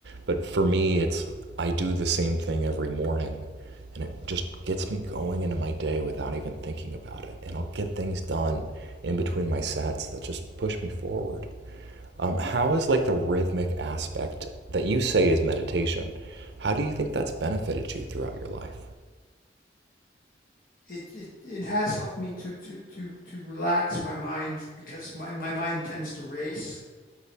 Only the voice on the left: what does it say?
it, it, it has helped me to, to, to, to relax my mind because my, my mind tends to race.